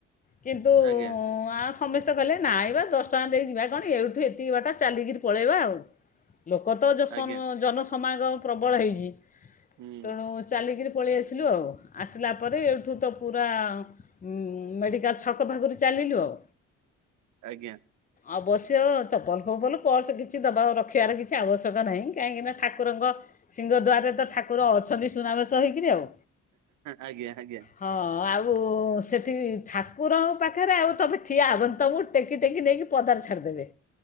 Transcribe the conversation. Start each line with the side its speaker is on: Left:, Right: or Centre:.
Left: କିନ୍ତୁ
Right: ଆଜ୍ଞା
Left: ଆଉ ସମସ୍ତେ କହିଲେ ନାଇଁବା ଦଶ ଟଙ୍କା ଦେଇକି ଯିବା ଏଇଠୁ ଏତିକି ବାଟ ଚାଲିକିରି ପକେଇବା ଆଉ ଲୋକ <unintelligible>
Right: ଆଜ୍ଞା
Left: ସମାଗମ ପ୍ରବଳ ହେଇଛି
Right: ହୁଁ
Left: ତେଣୁ ଚାଲିକିରି ପଳେଇ ଆସିଲୁ ଆଉ ଆସିଲା ପରେ ଏଇଠୁ ତ ପୁରା ହୁଁ ମେଡ଼ିକାଲ ଛକ ପାଖରୁ ଚାଲିଲୁ ଆଉ
Right: ଆଜ୍ଞା।
Left: ଅବଶ୍ୟ ଚପଲ ଫପଲ ପର୍ସ କିଛି ଦବା ରଖିବାର କିଛି ଆବଶ୍ୟକ ନାହିଁ କାହିଁକିନା ଠାକୁରଙ୍କ ସିଂହଦ୍ୱାରରେ ତ ଠାକୁର ଅଛନ୍ତି ସୁନାବେଶ ହେଇକିରି ଆଉ
Right: ଆଜ୍ଞା ଆଜ୍ଞା।
Left: ହଁ ଆଉ ସେଠି ଠାକୁରଙ୍କ ପାଖରେ ଆଉ ତମେ ଠିଆ ହେବନି ତମକୁ ଟେକି ଟେକି ନେଇକି ପଦାରେ ଛାଡ଼ିଦେବେ